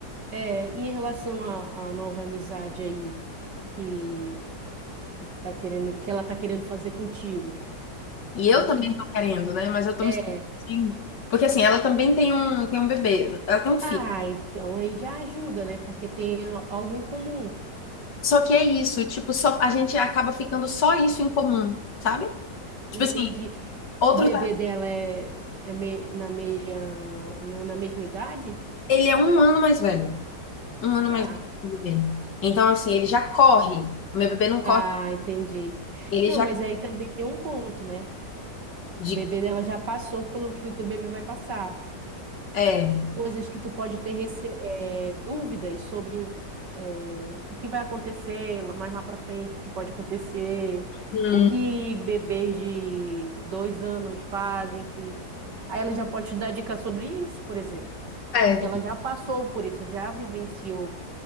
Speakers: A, on the right; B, on the left.
A: É, e em relação à, à nova amizade aí que, que tu tá querendo, que ela tá querendo fazer contigo,
B: E eu
A: o
B: também
A: que que tu
B: tô querendo, né? Mas eu tô
A: é?
B: me sentindo assim. Porque assim, ela também tem um, tem um bebê, ela tem um filho.
A: Ah, então aí já ajuda, né? Porque tem a- algo em comum.
B: Só que é isso, tipo, só, a gente acaba ficando só isso em comum, sabe? Tipo
A: Entendi.
B: assim, Outros,
A: O bebê dela é, é me- na meia, na, na mesma idade?
B: ele é um ano mais velho. Um ano
A: Tá.
B: mais velho que o bebê. Então, assim, ele já corre. O meu bebê não corre,
A: Ah, entendi.
B: ele
A: Não,
B: já.
A: mas aí também tem um ponto, né?
B: De,
A: O bebê dela já passou pelo que o teu bebê vai passar.
B: é.
A: coisas que tu pode ter rece- eh, dúvidas sobre o, eh, o que vai acontecer lá- mais lá para frente, o que pode acontecer,
B: Hum,
A: o que bebês de dois anos fazem, que aí ela já pode te dar dica sobre isso, por exemplo,
B: é,
A: porque ela já passou por isso, já vivenciou.